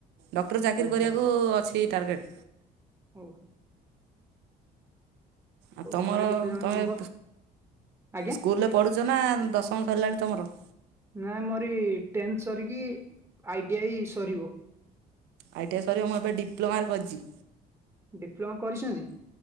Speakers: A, on the right (about 90°); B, on the right (about 15°).
A: ଡକ୍ଟର ଚାକିରୀ
B: ଓହୋ
A: କରିବାକୁ ଅଛି। ଏଇ ଟାର୍ଗେଟ।
B: ଓ ହୋଊ।
A: ଆଉ ତମର
B: ଘରେ କେତେ ଜଣ
A: ତମେ
B: ମେମ୍ବର ଆଜ୍ଞା
A: ସ୍କୁଲରେ ପଢୁଛ ନା ଦଶମ ସରିଲାଣି ତମର।
B: ନାଇ ମୋରି ଟେନ୍ଥ ସରିକି ଆଇ ଟି ଆଇ ସରିବ।
A: ଆଇଟିଆ ସରିବ ମୁଁ ଏବେ ଡିପ୍ଲୋମାରେ କରିଛି।
B: ଡିପ୍ଲୋମା କରିଛନ୍ତି।